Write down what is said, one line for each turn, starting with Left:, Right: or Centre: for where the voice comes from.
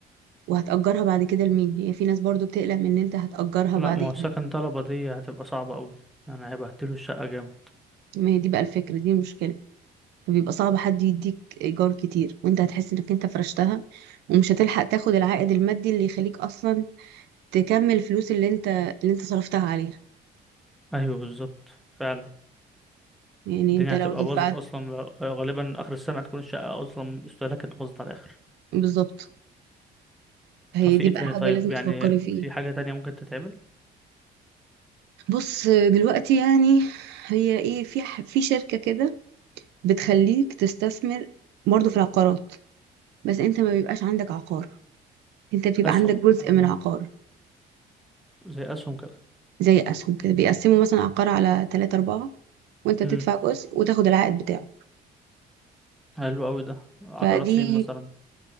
Right: وهتأجرها بعد كده لمين هي في ناس برضو بتقلق من ان انت هتأجرها
Centre: لا
Right: بعدين
Centre: ما هو سكن طلبة دي هتبقى صعبة أوي يعني هيبهدلوا الشقة جامد
Right: ما هي دي بقى الفكرة دي المشكلة فبيبقى صعب حد يديك إيجار كتير وانت هتحس انك انت فرشتها ومش هتلحق تاخد العائد المادي اللي يخليك اصلا تكمل الفلوس اللي انت اللي انت صرفتها عليها
Centre: أيوه بالظبط فعلا
Right: يعني
Centre: الدنيا
Right: انت لو
Centre: هتبقى
Right: دفعت
Centre: باظت أصلا غالبا آخر السنة هتكون الشقة أصلا استهلاكت باظت على الآخر
Right: بالظبط هي
Centre: طب في
Right: دي
Centre: إيه
Right: بقى
Centre: تاني
Right: حاجة
Centre: طيب
Right: لازم تفكري
Centre: يعني
Right: فيها
Centre: في حاجة تانية ممكن تتعمل
Right: بص دلوقتي يعني هي ايه في ح- في شركة كده بتخليك تستثمر برضو في العقارات بس انت ما بيبقاش عندك عقار انت بيبقى
Centre: أسهم
Right: عندك جزء
Centre: الله
Right: من عقار
Centre: زي أسهم كده
Right: زي اسهم كده بيقسموا مثلا عقار على ثلاثة أربعة وانت بتدفع
Centre: امم
Right: جزء وتاخد العائد بتاعه
Centre: حلو أوي ده عقارات
Right: فدي
Centre: فين مثلا